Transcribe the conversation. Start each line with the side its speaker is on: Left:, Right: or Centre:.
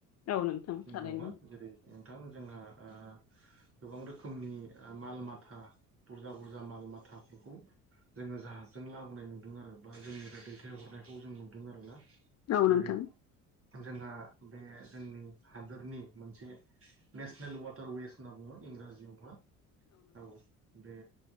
Left: औ नोंथां।
Right: दङ
Left: थारैनो
Right: जेरै नोंथां जोंहा आ गोबां रोखोमनि माल माथा बुरजा बुरजा माल माथाफोरखौ जोङो जाहाजजों लाबोनाय नुदों आरो बा जोंनिफ्राय दैथायहरनायखौ जों नुदों आरोना।
Left: औ
Right: जेरै
Left: नोंथां
Right: जोंहा बे जोंनि हादोरनि मोनसे नेसनेल वाटार वेस होनना बुङो इंराजियावहा। औ बे